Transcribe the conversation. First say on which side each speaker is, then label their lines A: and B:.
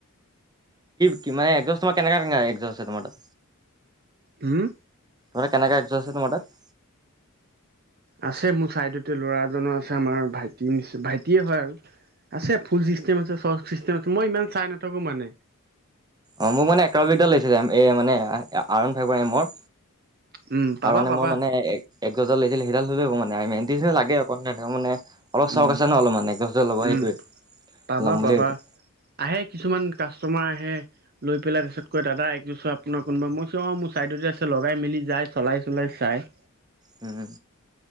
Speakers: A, on the right; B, on the right.
A: কি মানে কি এচাউষ্ট কেনেকুৱা এচাষ্টছে তোমাৰ,
B: উও,
A: তোৰ কেনেকা এচৌষ্ট তোমাৰ তাত,
B: আছে মোৰ চাইডতে ল'ৰা এজনৰ আছে আমাৰ ভাইটি নি ভাইটিয়ে হয় আৰু আছে ফুল চিষ্টেম আছে চচ চিষ্টেম আছে মই ইমান চাই নাথাকো মানে।
A: অহ মোক মানে এক্সপ্ৰবিক দাল লাগিছিলে এই মানে আৰ ওৱান ফাইবৰ এমৰ।
B: উম পাবা
A: আৰু মানে
B: পাবা
A: মোৰ মানে, একগজাল লাগিছিল সিডাল হ'লে আ মানে <unintelligible> লাগে মানে। অলপ
B: উম,
A: চক আছে ন অলপমান এচৌষ্ট ল'ব সেইটোৱে
B: উম, পাবা
A: ল'ম বুলি
B: পাবা
A: ভাবিছো।
B: আহে কিছুমান কাষ্টমাৰ আহে। লৈ পেলাই তাৰপিছত কয় দাদা এচৌষ্ট আপোনাৰ কোনোবা মই অহ মোৰ চাইডতে আছে লগাই মেলি যাই চলাই চলাই চাই।
A: উম,